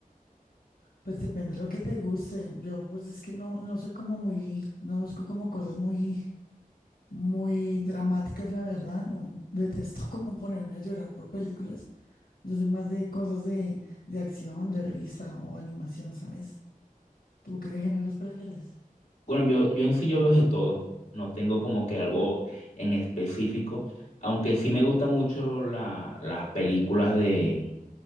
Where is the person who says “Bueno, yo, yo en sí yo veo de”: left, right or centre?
Left